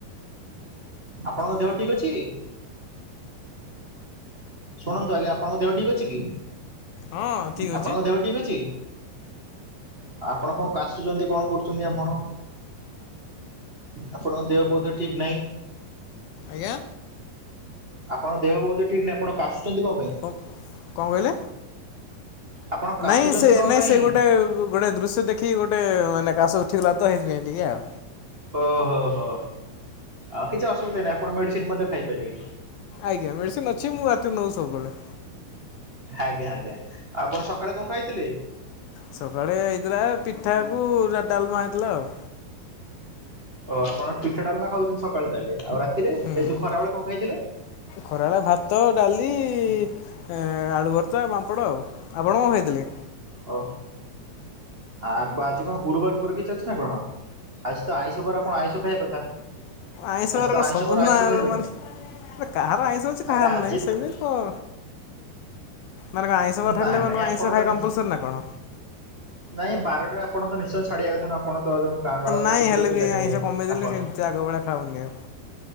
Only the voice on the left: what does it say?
ହଁ ଠିକ୍
ଅଛି
ଆଜ୍ଞା।
ହ କଣ କହିଲେ
ନାଇଁ ସେ
ନାଇଁ
ସେ ଗୋଟେ ଗୋଟେ ଦୃଶ୍ୟ ଦେଖି ଗୋଟେ ମାନେ କାଶ ଉଠିଗଲା ତ ଏଇଥିପାଇଁ ଟିକେ ଆଉ।
ଆଜ୍ଞା ମେଡ଼ିସିନ ଅଛି ମୁଁ ରାତି ନଉ ସବୁବେଳେ।
ସକାଳେ ହେଇଥିଲା ପିଠାକୁ ଡାଲମା ହେଇଥିଲା ଆଉ।
ହୁଁ
ଖରାବେଳେ ଭାତ ଡାଲି। ଏ ଆଳୁ ଭର୍ତ୍ତା ବାମ୍ପଡ଼ ଆଉ, ଆପଣ କଣ ଖାଇଥିଲେ।
ଆଇଁଷ
ବାର
କଣ
ସବୁଦିନ
ମାନେ କାହାର ଆଇଶ ଅଛି କାହାର
ନାହିଁ ସେମିତି କଣ। ମାନେ ଆଇଁଷ ବାର
ହେଲେ ମାନେ
ଆଇଁଷ
ଖାଇ
କମ୍ପଲସରୀ ନା କଣ।
ନାଇଁ ହେଲେ
ବି
ଆଇଁଷ କମେଇଦେଲି
ସେମିତି ଆଗ ଭଳିଆ ଖାଉନି ଆଉ।